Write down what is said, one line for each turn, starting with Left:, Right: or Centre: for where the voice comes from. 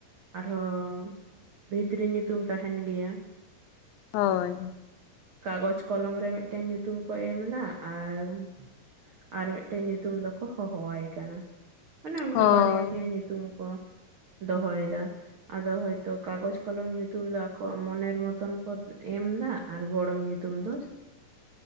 Right: ᱟᱨᱦᱚᱸ ᱵᱷᱤᱛᱨᱤ ᱧᱩᱛᱩᱢ ᱛᱟᱦᱮᱱ ᱜᱮᱭᱟ
Left: ᱦᱳᱭ
Right: ᱠᱟᱜᱚᱡᱽ ᱠᱚᱞᱚᱢ ᱨᱮ ᱢᱤᱫᱴᱮᱱ ᱧᱩᱛᱩᱢ ᱠᱚ ᱮᱢ ᱫᱟ ᱟᱨ ᱟᱨ ᱢᱤᱫᱴᱟ. ᱝ ᱧᱩᱛᱩᱢ ᱫᱚᱠᱚ ᱦᱚᱦᱚᱣᱟᱭ ᱠᱟᱱᱟ, ᱟᱱᱮ ᱚᱱᱠᱟ
Left: ᱦᱳᱭ
Right: ᱵᱟᱨᱭᱟ ᱯᱮᱭᱟ ᱧᱩ ᱛᱩᱢ ᱠᱚ ᱫᱚᱦᱚᱭᱮᱫᱟ᱾ ᱟᱫᱚ ᱦᱚᱭᱛᱚ ᱠᱟᱜᱚᱡᱽ ᱠᱚᱞᱚᱢ ᱧᱩᱛᱩᱢ ᱫᱚ ᱟᱠᱚᱣᱟᱜ ᱢᱚᱱᱮᱨ ᱢᱚᱛᱚᱱ ᱠᱚ ᱮᱢ ᱫᱟ ᱟᱨ ᱜᱚᱲᱚᱢ ᱧᱩᱛᱩᱢ ᱫᱚ
Left: <inaudible>